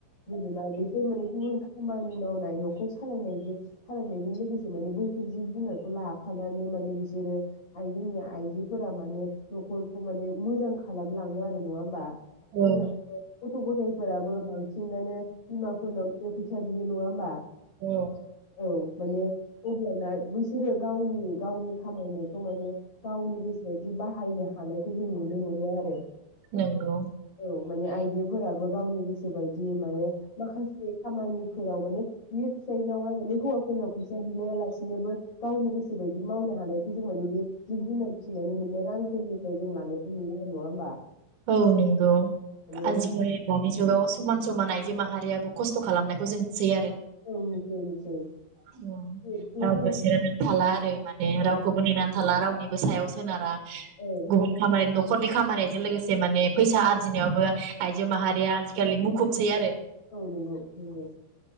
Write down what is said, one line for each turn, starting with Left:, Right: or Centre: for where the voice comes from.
Left: जेनेबा बेफोर माने गुबुन खामानि मावनाय नखर सालायनायजो सालायनायजों लोगोसे माने बैफोर जिब जुनारखौ लाफानानै माने बिसोरो आइ जोंनि आइजोफोरा माने नखरखौ माने मोजां खालामलाङो आरो नङा होमबा
Right: औ
Left: जोंना थ गथ गथाय फोराबो बांसिनानो बिमाफोरनावसो फैसा बियो नङा होमबा
Right: औ
Left: औ माने अब्लाना बै बिसोरो गावनि गावनि खामायनाय माने गावनि गोसोबायदि बाहायनो हानायखौ जोङो नुनो मोनो आरो
Right: नंगौ
Left: औ माने आइजोफोराबो बो गावनि गोसो बायदियै माने माखासे खामानिफोराव माने बियो फिसाइनावहाय मान हौवाफोरनाव फैसा बिलाया लासि बिनोबो गावनि गोसोबायदि मावनो हानायखौ जों माने बे जिब जुनार फिसिनानै मोननाय रांफोरनिफ्राय जों लानायखौ नुनो मोनो नङा होमबा
Right: औ नंगौ
Left: माने
Right: आजिखालि दानि जुगाव समान समान आइ जो माहारियाबो खस्थ खालामनायखौ जों नुसै आरो
Left: औ नुसै नुसै
Right: उम
Left: जिहेथु
Right: रावबो
Left: जों
Right: जेरैबो थाला आरो माने
Left: औ
Right: रावखौबो नेनानै थाला रावनिबो सायाव सोनारा
Left: औ
Right: गुबुन खामाय द नखरनि खामानिजों लोगोसे से माने फैसा आरजिनायावबो आइजो माहारिया आजिखालि मुखुबसै आरो
Left: औ नंगौ नंगौ